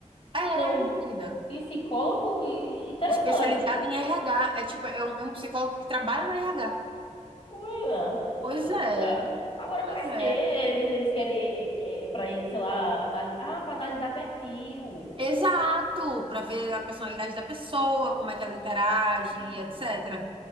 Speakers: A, on the right (about 40°); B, on the left (about 50°).
A: É,
B: não,
A: menina.
B: psicólogo e- interessante,
A: Especializado
B: hein?
A: em RH. É tipo, é um, é um psicólogo que trabalha no RH.
B: Olha,
A: Pois é,
B: ah, ah, ah, agora
A: pois
B: pra quê?
A: é.
B: Eles, eles querem eh, eh, eh, pra eles, sei lá, analisar. Ah, pra analisar perfil.
A: Exato, para ver a personalidade da pessoa, como é que ela interage,
B: Hum.
A: etc.